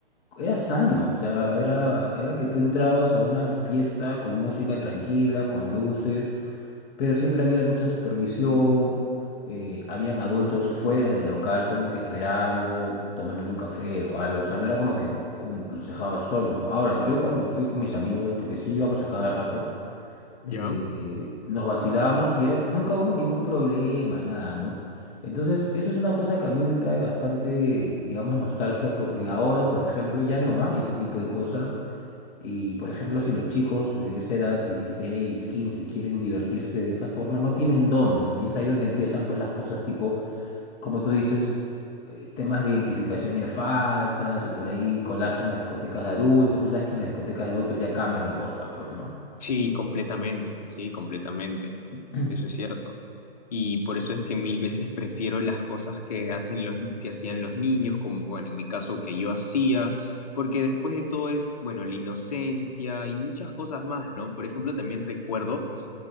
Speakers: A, on the left (about 20°); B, on the left (about 40°).
A: era sano, o sea, era, era que tú entrabas a una fiesta con música tranquila, con luces, pero siempre había mucha supervisión, eh, habían adultos fuera del local como que esperando, tomándose un café o algo, o sea, no era como que pum, los dejabas solos, ¿no? Ahora, yo cuando fui con mis amigos, porque sí íbamos a cada rato,
B: ¿Ya?
A: eh, nos vacilábamos y era, nunca hubo ningún problema, nada, ¿no? Entonces, eso es una cosa que a mí me trae bastante, digamos, nostalgia, porque ahora, por ejemplo, ya no hay ese tipo de cosas. Y, por ejemplo, si los chicos de esa edad, 16 15 quieren divertirse de esa forma, no tienen dónde, ¿no? Y es ahí donde empiezan, pues, las cosas tipo, como tú dices, eh, temas de identificaciones falsas y por ahí colarse en las discotecas de adultos. Tú sabes que en las discotecas de adultos ya cambia la cosa, pues, ¿no?
B: Sí, completamente, sí, completamente.
A: <clears throat>
B: Eso es cierto. Y por eso es que mil veces prefiero las cosas que hacen los, que hacían los niños, como, bueno, en mi caso que yo hacía, porque después de todo es, bueno, la inocencia y muchas cosas más, ¿no? Por ejemplo, también recuerdo